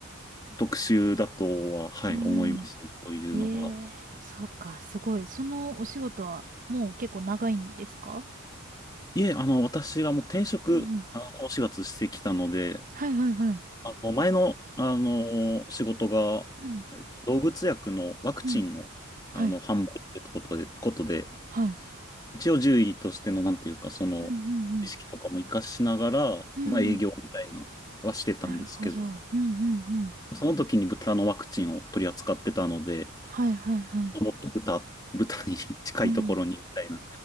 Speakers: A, on the left; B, on the right.
A: 特集だとは、はい、
B: うん。
A: 思います。こういうのは。
B: ええ、そっか、すごい。そのお仕事はもう結構長いんですか
A: いえ、あの、私がもう転職、
B: うんうん。
A: あの、この4月してきたので、
B: はいはいはい。
A: あの前の、あの仕事が、
B: うん。
A: えっと動物薬のワクチンの、
B: うん。
A: あの販売ってことで、
B: はい。
A: ことで、
B: はい。
A: 一応獣医としての、なんていうか、その知識とかも活かしながら、
B: うんうんうん。
A: まあ、営業みたいなはしてたんですけど、
B: うん。なるほど。うんうんうん。
A: その時に豚のワクチンを取り扱ってたので、
B: はいはいはい。
A: 思って豚、豚に <laughs> 近いところにみたいな
B: うん。